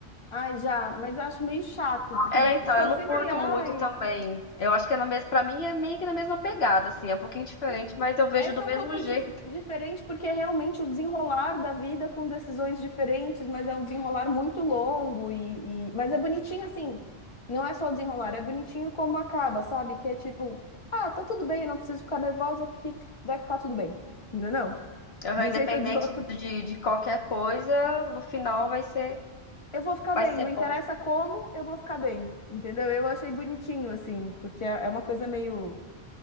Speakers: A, on the left (about 25°); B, on the left (about 65°).
A: Ai, já, mas eu acho meio chato, porque
B: É,
A: daí
B: então,
A: fica
B: eu não
A: sempre,
B: curto
A: ai.
B: muito também. Eu acho que é na mesma, pra mim é meio que na mesma pegada, assim, é um pouquinho diferente,
A: né?
B: mas eu vejo
A: Essa
B: do mesmo
A: é um pouco
B: jeito.
A: dif- diferente, porque é realmente o desenrolar da vida com decisões diferentes, mas é um desenrolar muito longo e, e- Mas é bonitinho assim, não é só o desenrolar, é bonitinho como acaba, sabe? Que é tipo, ah, tá tudo bem, eu não preciso ficar nervosa porque vai ficar tudo bem. Não, não.
B: Aham,
A: De um
B: independente
A: jeito ou de outro,
B: de, de qualquer coisa, no final vai ser,
A: eu vou ficar
B: vai
A: bem,
B: ser
A: não interessa
B: bom.
A: como, eu vou ficar bem, entendeu? Eu achei bonitinho, assim, porque é é uma coisa meio.